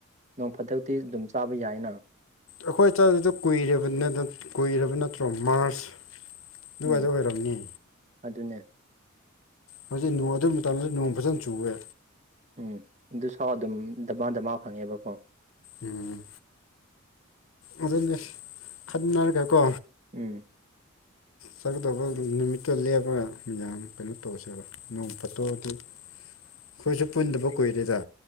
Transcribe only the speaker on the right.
ꯅꯣꯡ ꯐꯥꯗꯣꯛ ꯇꯤ ꯑꯗꯨꯝ ꯆꯥꯕ ꯌꯥꯏꯅ
ꯎꯝ
ꯑꯗꯨꯅꯦ
ꯎꯝ ꯑꯗꯨ ꯁꯥ ꯑꯗꯨꯝ ꯗꯃꯥ ꯗꯃꯥ ꯐꯪꯉꯦꯕꯀꯣ
ꯎꯝ
<unintelligible>